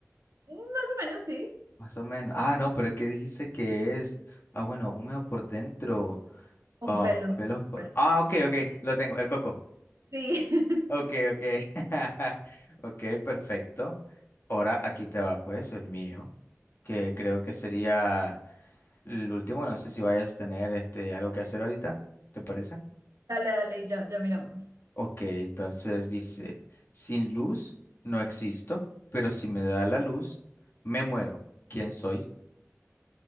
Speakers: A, on the right (about 85°); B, on the left (about 45°).
A: Más o menos sí.
B: Más o menos. Ah, no, pero ¿qué dijiste que es? Ah, bueno, húmedo por dentro.
A: Con
B: ah,
A: pelos
B: pelos
A: por
B: por.
A: fuera.
B: Ah, ok, ok, lo tengo, el coco.
A: Sí. <laughs>
B: Ok, ok. <laughs> Ok, perfecto. Ahora aquí te va pues el mío, que creo que sería el último. No sé si vayas a tener este algo que hacer ahorita, ¿te parece?
A: Dale, dale, y ya, ya miramos.
B: Ok, entonces dice, sin luz no existo, pero si me da la luz, me muero. ¿Quién soy?